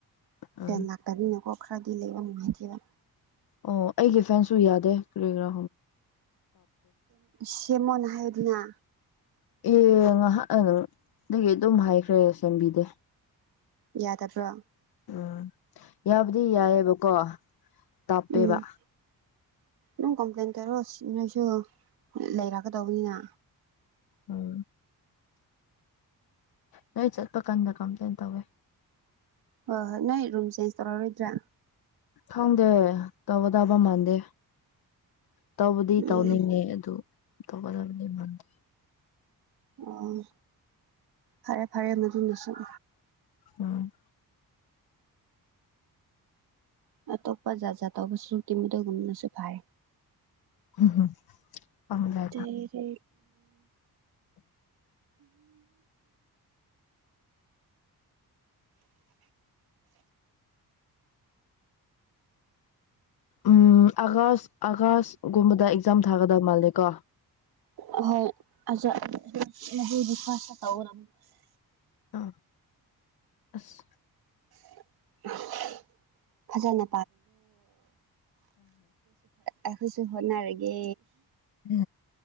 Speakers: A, on the left; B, on the right.
A: ꯎꯝ
B: ꯐꯦꯟ ꯂꯥꯛꯇꯅꯤꯅꯀꯣ ꯈꯔꯗꯤ ꯂꯩꯕ ꯅꯨꯡꯉꯥꯏꯇꯦꯕ
A: ꯑꯣ ꯑꯩꯒꯤ ꯐꯦꯟꯁꯨ ꯌꯥꯗꯦ ꯇꯨꯒ꯭ꯔꯥ
B: ꯁꯦꯃꯣꯟ ꯍꯥꯏꯌꯗꯤꯅꯥ
A: ꯑꯦ ꯉꯥꯏꯍꯥꯛꯅ ꯅꯪꯗꯒꯤ ꯑꯗꯨꯝ ꯍꯥꯏꯈ꯭ꯔꯦ ꯁꯦꯝꯕꯤꯗꯦ
B: ꯌꯥꯗꯗꯕ꯭ꯔꯣ
A: ꯎꯝ ꯌꯥꯕꯨꯗꯤ ꯌꯥꯏꯑꯕꯀꯣ ꯇꯥꯞꯄꯦꯕ
B: ꯎꯝ ꯑꯗꯨꯝ ꯀꯝꯄ꯭ꯂꯦꯟ ꯇꯧꯔꯣ ꯅꯣꯏꯁꯨ ꯂꯩꯔꯛꯀꯗꯧꯕꯅꯤꯅ
A: ꯎꯝ ꯅꯣꯏ ꯆꯠꯄ ꯀꯥꯟꯗ ꯀꯝꯄ꯭ꯂꯦꯟ ꯇꯧꯋꯦ
B: ꯍꯣꯏ ꯍꯣꯏ ꯅꯣꯏ ꯔꯨꯝ ꯆꯦꯟꯖ ꯇꯧꯔꯛꯔꯣꯏꯗ꯭ꯔꯥ
A: ꯎ ꯊꯗ ꯇꯕ ꯇꯕ ꯃꯥꯥꯟꯗꯦ ꯇꯧꯕꯗꯤ
B: ꯎꯝ
A: ꯇꯧꯅꯤꯡꯉꯦ ꯑꯗꯨ ꯇꯧꯒꯗꯕꯗꯤ ꯃꯗ
B: ꯑꯣ ꯐꯔꯦ ꯐꯔꯦ ꯃꯗꯨ ꯂꯁꯤꯠ
A: ꯎꯝ
B: ꯑꯇꯣꯞꯄ ꯖꯥꯠ ꯖꯥꯠ ꯇꯧꯕꯁꯨ ꯁꯛꯇꯤꯃꯨꯗꯒꯨꯝꯅꯁꯨ ꯐꯥꯏꯔꯦ
A: ꯎꯝꯝ ꯍ
B: ꯇꯔ
A: ꯎꯝ ꯑꯥꯒꯁ ꯑꯥꯒꯁꯒꯨꯝꯕꯗ ꯑꯦꯛꯖꯥꯝ ꯊꯥꯒꯗ ꯃꯥꯜꯂꯦ ꯀꯣ
B: <inaudible>
A: ꯑꯥ ꯑꯁ
B: <unintelligible> ꯑꯩꯈꯣꯏꯁꯨ ꯑꯩꯈꯣꯏꯁꯨ ꯍꯣꯠꯅꯔꯒꯦ
A: ꯎ